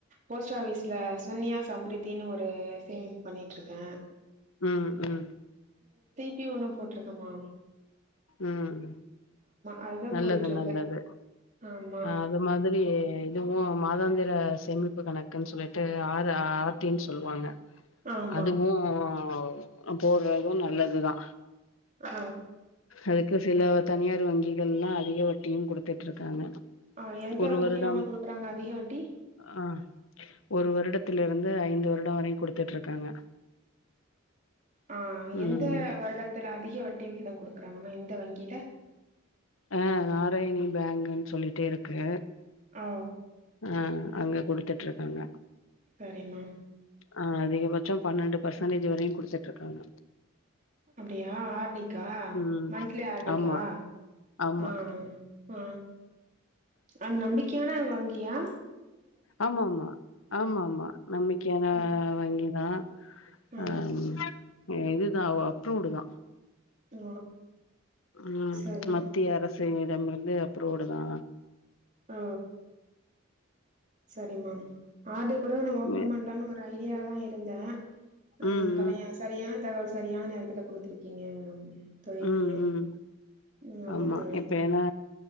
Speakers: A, on the right (about 35°); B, on the left (about 80°).
A: போஸ்ட் ஆஃபீஸ்ல சுகன்யா சம்ருத்தின்னு ஒரு சேமிப்பு பண்ணிட்ருக்கே.
B: ம் ம்
A: டி ஒண்ணு போட்ருக்கம்மா
B: ம்
A: அதுதா
B: நல்லது
A: போயிட்டு இருக்கு
B: நல்லது
A: ஆமா
B: ஆ அது மாதிரி இதுவு மாதாந்தி ர சேமிப்பு கணக்குன்னு சொல்லிட்டு ஆர் ஆர் டி ன்னு சொல்வாங்க.
A: ஆமா
B: அதுவு அ அ போட்ற இதுவு நல்லதுதா
A: ஆ
B: அதுக்கு சில தனியார் வங்கிகள்லா அதிக வட்டியு குடுத்துட்ருக்காங்க
A: ஆ எந்த
B: ஒரு
A: வங்கியிலம்மா
B: வருடம்
A: குடுக்குறாங்க அதிக வட்டி?
B: அ ஒரு வருடத்தில இருந்து ஐந்து வருடோ வரையு குடுத்துட்ருக்காங்க.
A: ஆ
B: ம்
A: எந்த வருடத்துல அதிக வட்டி விகிதோ குடுக் கறாங்கம்மா எந்த வங்கியில?
B: ஆ நாராயணி பேங்குன்னு சொல்லிட்டு இருக்கு
A: ஆ
B: ஆ அங்க குடுத்துட்ருக்காங்க.
A: சரிம்மா
B: ஆ அதிகபட்சோ பன்னெண்டு பர்சன்டேஜ் வரையு குடுத்துட்ருக்காங்க.
A: அப்டியா ஆர் டி க்கா
B: ம்
A: மந்த்லி ஆர் டி
B: ஆமா
A: க்கா?
B: ஆமா
A: ஆ ஆ அது நம்பிக்கையான வங்கி யா?
B: ஆமா ஆமா ஆமா ஆமா நம்பிக்கையான
A: அ
B: வங்கிதா
A: ஆ
B: அம் எ இதுதா ஒ அப்ரூவ்டுதா
A: ஓ
B: ம்
A: சரி
B: மத்திய
A: மேம்
B: அரசினி டமிருந்து அப்ரூவ்டுதா
A: ஆ சரிம்மா ஆர் டி கூட ஒன்னு ஓப்பன்
B: ம்
A: பண்லான்னு ஒரு ஐ டியாலதா இருந்தே ஆ
B: ம்
A: கரையா சரியான தகவல் சரியான நேரத்துல குடுத்துருக்கீங்க தோழி
B: ம்
A: நீங்க
B: ம்
A: ம்
B: ஆமா
A: தோழி
B: இப்ப ஏன்னா